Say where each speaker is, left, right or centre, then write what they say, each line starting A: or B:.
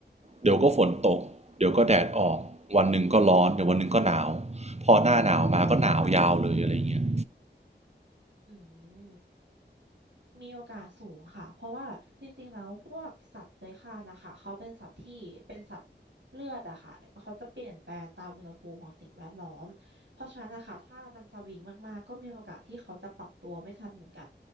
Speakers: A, on the right (about 35°); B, on the right (about 80°).
A: เดี๋ยวก็ฝนตกเดี๋ยวก็แดดออกวันหนึ่งก็ร้อนเดี๋ยววันหนึ่งก็หนาวพอหน้าหนาวมาก็หนาวยาวเลยอะไรเงี้ย
B: อ่ะอืมมีโอกาสสูงค่ะเพราะว่าจริงๆแล้วพวกสัตว์เลื้อยคลานนะคะเขาเป็นสัตว์ที่เป็นสัตว์เลือดอะค่ะเขาจะเปลี่ยนแปลงตามอุณหภูมิของสิ่งแวดล้อมเพราะฉะนั้นนะคะถ้ามันสวิงมากๆก็มีโอกาสที่เขาจะปรับตัวไม่ทันเหมือนกัน